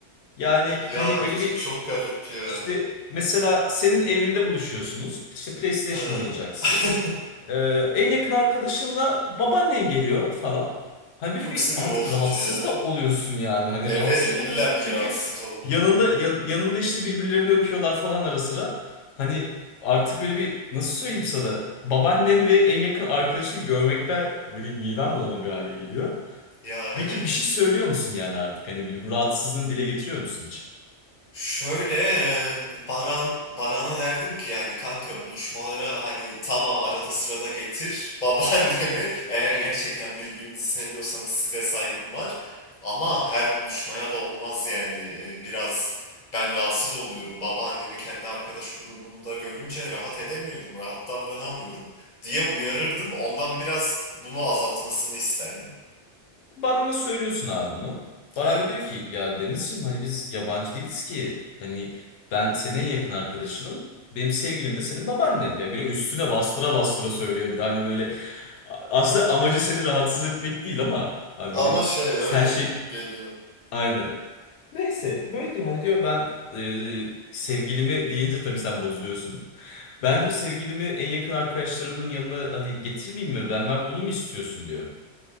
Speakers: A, on the left (about 80°); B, on the left (about 40°).
A: Yani
B: Ya
A: hani böyle
B: ç-
A: bir
B: çok garip ya.
A: işte mesela senin evinde buluşuyorsunuz. İşte PlayStation
B: Ha.
A: oynayacaksınız.
B: <laughs>
A: Ee, en yakın arkadaşınla babaannen geliyor falan. Hani böyle
B: Çok
A: bir
B: sinir
A: artık
B: bozucu
A: rahatsız
B: ya.
A: da oluyorsun yani. Hani
B: Ederim
A: rahatsız oluyorsun
B: illa ki
A: çünkü
B: rahatsız olurum.
A: yanında yan- yanında işte birbirlerini öpüyorlar falan ara sıra. Hani artık böyle bir nasıl söyleyeyim sana babaannen ve en yakın arkadaşını görmekten böyle midem bulanır bir hale geliyor.
B: Ya
A: Peki
B: evet.
A: bir şey söylüyor musun yani artık? Hani böyle bu rahatsızlığını dile getiriyor musun hiç?
B: Şöyle e, Baran Baran'a derdim ki yani kanka buluşmalara hani tamam arada sırada getir <laughs> babaannemi eğer gerçekten birbirinizi seviyorsanız size saygım var ama her buluşmaya da olmaz yani E, biraz ben rahatsız oluyorum babaannemi kendi arkadaş grubumda görünce rahat edemiyorum rahat davranamıyorum diye uyarırdım ondan biraz bunu azaltmasını isterdim.
A: Baran'a söylüyorsun abi bunu. Baran
B: Evet
A: da diyor ki ya Denizciğim hani biz yabancı değiliz ki. Hani ben senin en yakın arkadaşınım. Benim sevgilim de senin babaannen. Ya böyle üstüne bastıra bastıra söylüyor bir de hani böyle. Aslında amacı seni rahatsız etmek değil ama hani
B: ama
A: böyle
B: şey öyle
A: sen şey
B: geliyor.
A: aynen. Neyse böyle diyor hani diyor ben e, sevgilimi deyince tabii sen bozuluyorsun. Ben diyor sevgilimi en yakın arkadaşlarımın yanına hani getirmeyeyim mi? Benden bunu mu istiyorsun diyor.